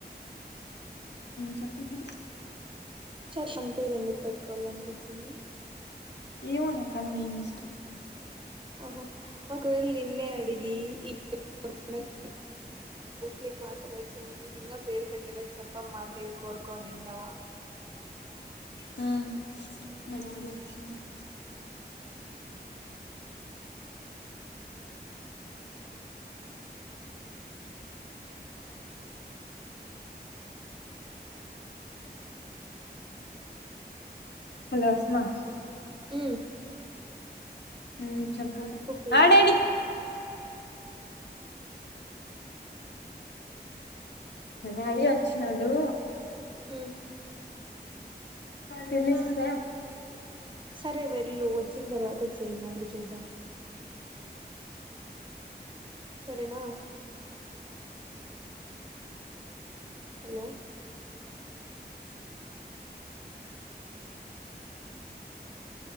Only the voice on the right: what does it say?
చెప్పను పేరు ఎందుకు పెట్టుకోవాల అనిపించింది
ఓహో ఒకవేళ నిన్నే అడిగి ఈ <unintelligible> నీకు మాటలా చిన్నకి ఇంకా పేరు పెట్టేలా చెప్పమ్మా అంటే కోరుకోనింటావా
ఉ
ప్రియా
హు
సరే వెళ్ళు వచ్చిన తర్వాత చెయ్యి మళ్ళీ చూద్దాం సరేనా హలో